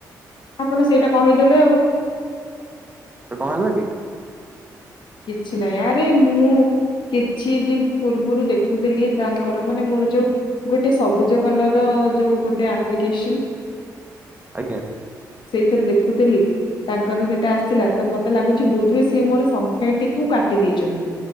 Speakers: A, on the left (about 65°); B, on the right (about 20°).
A: ଆପଣ ସେଇଟା କହିଦେଲେ ଆଉ।
B: ତ କଣହେଲା କି?
A: କିଛି ନାହିଁ ଆରେ ମୁଁ କିଛି ଦିନ୍ ପୂର୍ବରୁ ଦେଖୁଥିଲି ତାଙ୍କର ମାନେ ମୋର ଯୋଉ ଗୋଟେ ସବୁଜ କଲରର <unintelligible> ଯୋଉ ପଟେ ଆପ୍ଲିକେସନ
B: ଆଜ୍ଞା।
A: ସେଇଥିରେ ଦେଖୁଥିଲି ତାଙ୍କର ସେଟା ଆସିଲା ତ ମତେ ଲାଗୁଚି ବୋଧ ହୁଏ ସିଏ ମୋର ସ ଖିଆପିକୁ କାଟି ଦେଇଚନ୍ତି